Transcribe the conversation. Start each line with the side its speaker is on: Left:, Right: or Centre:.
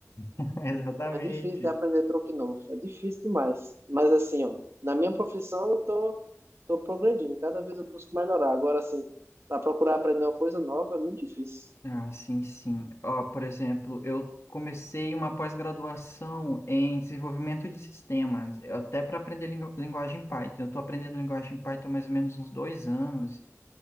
Left: <laughs> Exatamente.
Right: É difícil de aprender truque novo. É difícil demais. Mas assim, ó, na minha profissão eu tô, tô progredindo. Cada vez eu busco melhorar. Agora, assim, para procurar aprender uma coisa nova é muito difícil.
Left: Ah, sim, sim. Ó, por exemplo, eu comecei uma pós-graduação em desenvolvimento de sistemas, eu- até para aprender lingu- linguagem Python. Eu estou aprendendo linguagem Python há mais ou menos uns dois anos.